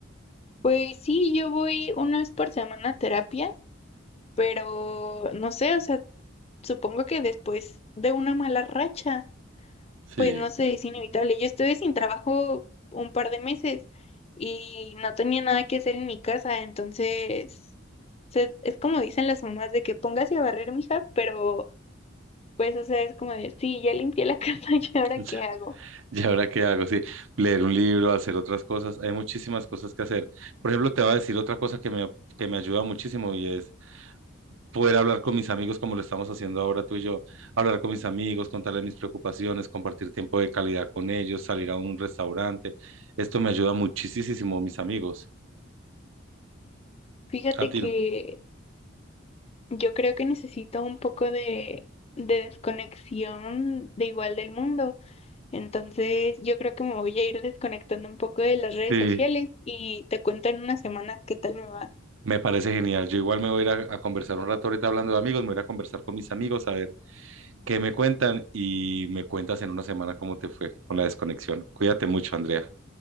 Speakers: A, on the left; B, on the right.
A: Pues sí, yo voy una vez por semana a terapia, pero no sé, o sea, supongo que después de una mala racha.
B: Sí.
A: Pues no sé, es inevitable. Yo estuve sin trabajo un par de meses y no tenía nada que hacer en mi casa, entonces, o sea, es como dicen las mamás de que póngase a barrer, mija, pero pues, o sea, es como de, sí, ya limpié la <laughs> casa y ahora
B: <laughs>
A: qué hago.
B: ¿Y ahora qué hago? Sí, leer un libro, hacer otras cosas. Hay muchísimas cosas que hacer. Por ejemplo, te voy a decir otra cosa que me, que me ayuda muchísimo y es poder hablar con mis amigos como lo estamos haciendo ahora tú y yo. Hablar con mis amigos, contarles mis preocupaciones, compartir tiempo de calidad con ellos, salir a un restaurante. Esto me ayuda muchísimo, mis amigos.
A: Fíjate
B: A ti
A: que
B: no.
A: yo creo que necesito un poco de, de desconexión de igual del mundo, entonces yo creo que me voy a ir desconectando un poco de las redes
B: Sí.
A: sociales y te cuento en unas semanas qué tal me va.
B: Me parece genial. Yo igual me voy a ir a, a conversar un rato ahorita hablando de amigos, me voy a ir a conversar con mis amigos a ver qué me cuentan y me cuentas en una semana cómo te fue con la desconexión. Cuídate mucho, Andrea.